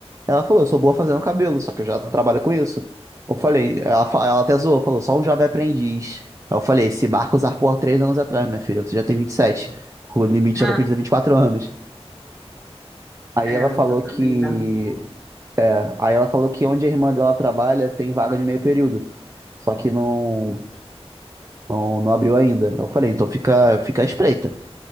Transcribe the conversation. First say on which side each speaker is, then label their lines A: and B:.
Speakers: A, on the right (about 30°); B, in the centre.
A: Ela falou, eu sou boa fazendo cabelo, só que eu já trabalho com isso. Eu falei, ela, fa- ela até zoou, falou, só um jovem aprendiz. Aí Eu falei, esse barco zarpou há três anos atrás, minha filha, você já tem vinte e sete O limite
B: Ah,
A: já vai e quatro anos. Aí
B: é,
A: ela
B: o
A: falou
B: meu
A: que.
B: também zarpou.
A: Aí ela falou que onde a irmã dela trabalha tem vaga de meio período. Só que não, não, não abriu ainda. Eu falei, então fica, fica à espreita.